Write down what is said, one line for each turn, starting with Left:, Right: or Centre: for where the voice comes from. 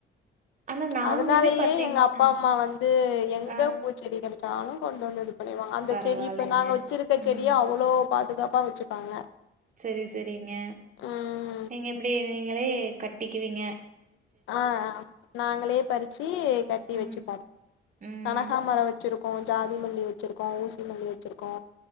Right: ஆனா நாங்களுமே
Left: அதனாலேயே
Right: பாத்தீங்
Left: எங்க அப்பா
Right: அ
Left: அம்மா வந்து எங்க
Right: ஆ
Left: பூச்செடி கிடைச்சாலும் கொண்டு வந்தது பண்ணுவாங்க அந்த
Right: பரவாயில்லைங்க.
Left: செடி இப்ப நாங்க வச்சிருக்க
Right: ம்.
Left: செடியா அவ்வளோ பாதுகாப்பா வெச்சுக்கோங்க
Right: சரி சரிங்க
Left: ம்
Right: நீங்க எப்படி நீங்களே கட் வெக்கிறீங்க
Left: ஆஹ நாங்களே பறுச்சு கட்டி
Right: ம்,
Left: வச்சுப்போம்
Right: ம்.
Left: கனகாமரம் வச்சிருக் ஆஹ் ஜாதி மல்லி வச்சிருக்கோ ஊசி மல்லி வச்சிருக்கோ